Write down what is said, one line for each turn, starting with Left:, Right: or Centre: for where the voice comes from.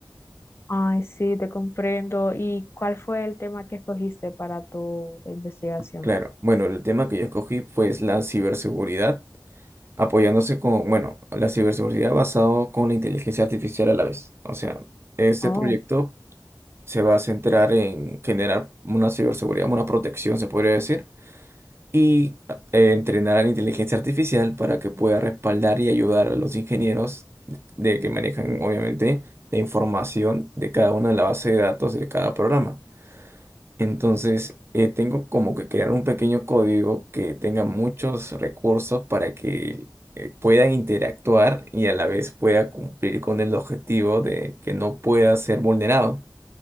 Left: Ay, sí, te comprendo. ¿Y cuál fue el tema que escogiste para tu investigación?
Right: Claro, bueno, el tema que yo escogí fue la ciberseguridad. apoyándose con, bueno, la ciberseguridad basado con la inteligencia artificial a la vez. O sea, este
Left: Oh,
Right: proyecto se va a centrar en generar una ciberseguridad, una protección, se podría decir, y eh, entrenar a la inteligencia artificial para que pueda respaldar y ayudar a los ingenieros de que manejan, obviamente, la información de cada una de la base de datos de cada programa. Entonces, eh, tengo como que crear un pequeño código que tenga muchos recursos para que eh, puedan interactuar y a la vez pueda cumplir con el objetivo de que no pueda ser vulnerado.